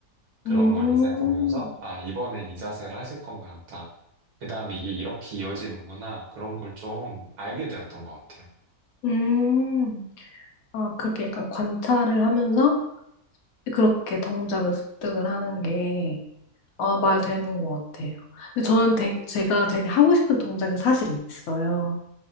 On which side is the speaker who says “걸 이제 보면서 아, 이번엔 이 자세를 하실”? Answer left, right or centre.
Right